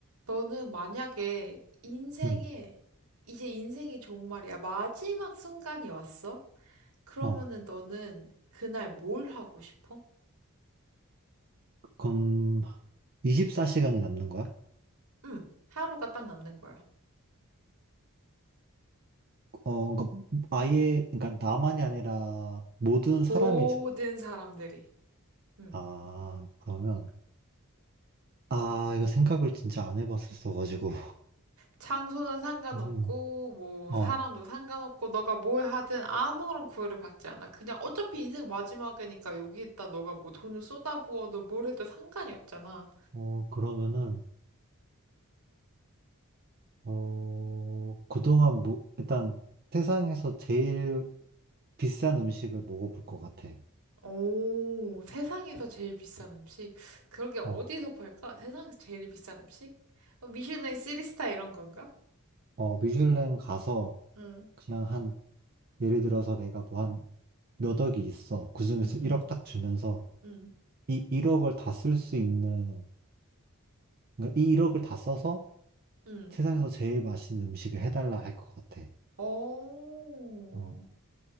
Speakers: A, on the right (about 80°); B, on the right (about 45°).
A: 너는 만약에 인생에,
B: 음.
A: 이제 인생이 정말이야. 마지막 순간이 왔어? 그러면은
B: 어,
A: 너는 그날 뭘 하고 싶어?
B: 그럼 24시간이 남는 거야?
A: 응, 하루가 딱 남는 거야.
B: 어, 그러니까 아예, 그러니까 나만이 아니라 모든 사람이
A: 모든
B: 죽.
A: 사람들이. 응.
B: 아, 그러면 아, 이거 생각을 진짜 안 해봤었어가지고.
A: 장소는 상관없고,
B: 음.
A: 뭐,
B: 어,
A: 사람도 상관없고, 너가 뭘 하든 아무런 구애를 받지 않아. 그냥 어차피 인생 마지막이니까 여기 있다 너가 뭐 돈을 쏟아부어도 뭘 해도 상관이 없잖아.
B: 어, 그러면은 어, 그동안 뭐 일단 세상에서 제일 비싼 음식을 먹어볼 것 같아.
A: 오, 세상에서 제일 비싼 음식? 그러게 어디서
B: 어,
A: 팔까? 세상에서 제일 비싼 음식? 어, 미슐랭 3스타 이런 건가?
B: 어, 미슐랭 가서
A: 응,
B: 그냥 한 예를 들어서 내가 뭐 한 몇 억이 있어. 그중에서
A: 응,
B: 1억
A: 응,
B: 딱 주면서
A: 응.
B: 이 1억을 다 쓸 수 있는, 그러니까 이 1억을 다 써서
A: 응.
B: 세상에서 제일 맛있는 음식을 해달라 할 것 같아.
A: 오.
B: 어,